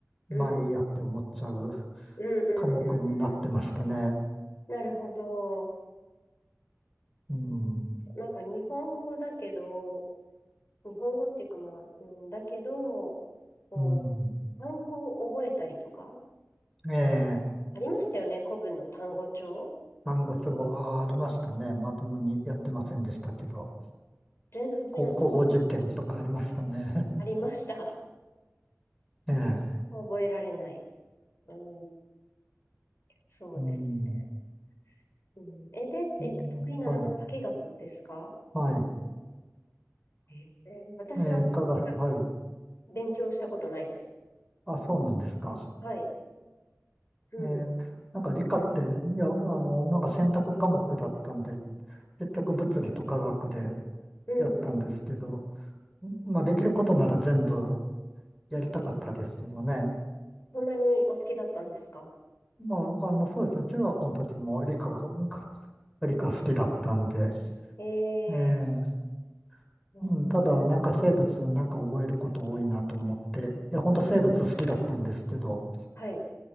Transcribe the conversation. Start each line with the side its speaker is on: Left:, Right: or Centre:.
Centre: まあいいやって思っちゃう
Left: うん。うんうんうん
Centre: 科目になってましたね。
Left: うん。なるほど。
Centre: うん。
Left: なんか日本語だけど、日本語っていうかまあ、うん、だけど、こう、
Centre: うん。
Left: 単語を覚えたりとか、
Centre: ええ、
Left: ありましたよね、古文の単語帳。
Centre: 単語帳はありましたね。まともにやってませんでしたけど、
Left: 全然あ
Centre: こ古語辞典とかありましたね。
Left: ありました。
Centre: <laughs> ええ。
Left: 覚えられない。うん、そうですね。
Centre: うん。
Left: うん、え、で、えっと、
Centre: うんはい。
Left: 得意なのが化学ですか
Centre: はい。
Left: えー私は化学
Centre: えー、科学、はい。
Left: 勉強したことないです。
Centre: あ、そうなんですか。
Left: はい。うん。
Centre: えー、なんか理科って、いや、あの、なんか選択科目だったんで、結局物理と科学で
Left: うん。
Centre: やったんですけど、まあできることなら全部やりたかったですけどね。
Left: そんなにお好きだったんですか
Centre: まあ、あの、そうですね。中学校の時も理科が、理科好きだったんで、
Left: え
Centre: えー
Left: ー、まあうん
Centre: うん、ただなんか生物なんか覚えること多いなと思って、いや、本当生物好きだったんですけど、
Left: はい。